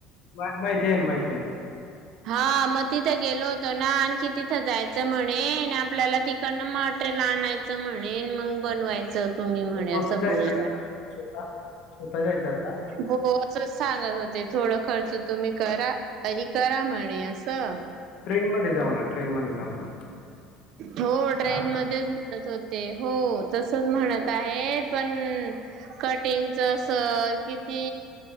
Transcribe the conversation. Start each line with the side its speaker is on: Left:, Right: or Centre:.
Left: मा माहितीयन माहिितयन
Right: हा मग तिथं गेलो होतो ना आणखी तिथं जायचं म्हणे आपल्याला तिकडनंट ला आणयचं म्हणेन मग बनवायचं तुम्ही म्हणे
Left: स्वतः
Right: अस
Left: जायचं
Right: बोल
Left: का आता स्वतः स्वतः जायचं आता
Right: हो सांगत होते थोड खर्च तुम्ही करा आणि करा म्हणे असं
Left: ट्रेन मध्ये जाऊ ना ट्रेन मध्ये जाऊ ना
Right: हो ट्रेन
Left: हा
Right: मध्येच होते हो तसच म्हणत आहे पण कटिंगच सर किती